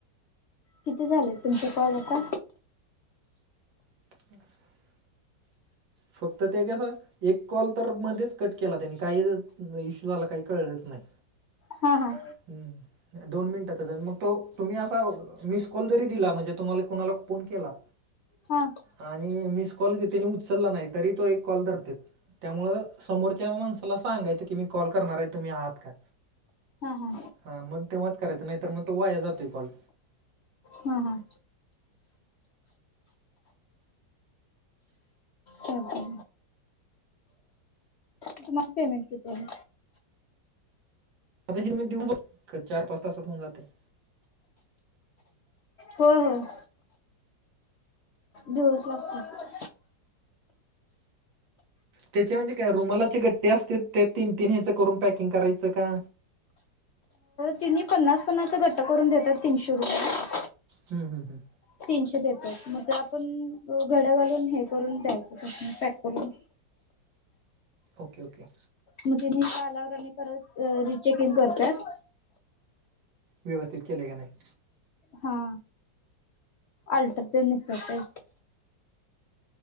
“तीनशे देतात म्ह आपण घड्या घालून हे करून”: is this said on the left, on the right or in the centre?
Left